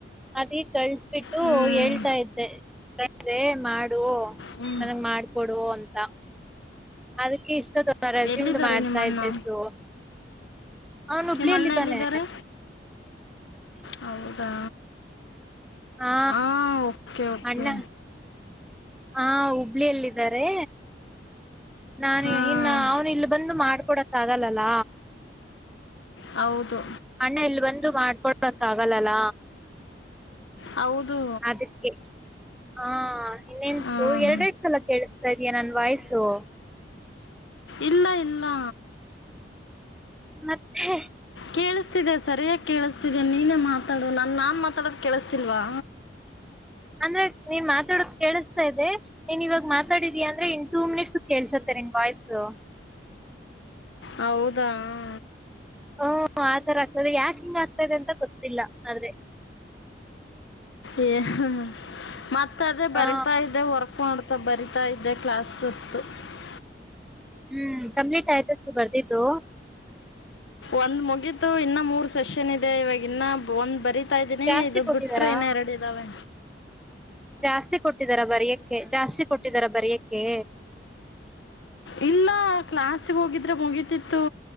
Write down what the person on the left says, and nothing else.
ಹ್ಮ್
ಹ್ಮ್
ಎಲ್ಲಿದ್ದಾರೆ
ನಿಮ್ಮ ಅಣ್ಣ
ನಿಮ್ಮ ಅಣ್ಣ
ಎಲ್ಲಿದ್ದಾರೆ ಹೌದಾ
ಆ ಓಕೆ
ಕೆ
ಹಾಂ
ಹೌದು
ಹೌದು
ಹಾಂ
ಇಲ್ಲಾ ಇಲ್ಲಾ
ಕೇಳಿಸ್ತಿದೆ ಸರಿಯಾಗಿ ಕೇಳಿಸ್ತಿದೆ ನೀನೇ ಮಾತಾಡು ನಾನು ಮಾತಾಡೋದು ಕೇಳಿಸ್ತಿಲ್ವಾ
ಹೌದಾ ಆ
ಏ ಹ್ಹಹ್ಹ ಮತ್ತ ಅದೇ
ಬರಿತಾ ಇದೆ ವರ್ಕ್ ಮಾಡ್ತ ಬರಿ ಹತಾ ಇದ್ದೆ ಕ್ಲಾಸ್ಸ್. <unintelligible>
ಒಂದ್ ಮುಗಿತು ಇನ್ನ ಮೂರ್ ಸೆಷನ್ ಇದೆ ಇವಾಗ ಇನ್ನ ಒಂದ್ ಬರೀ. ತ ಇದೀನಿ
ಇದು
ಬಿಟ್ರೆ ಇನ್ನ ಎರಡು ಇದಾವೆ.
ಇಲ್ಲ ಕ್ಲಾಸ್ಗೆ ಹೋಗಿದ್ರೆ ಮುಗೀತಿತ್ತು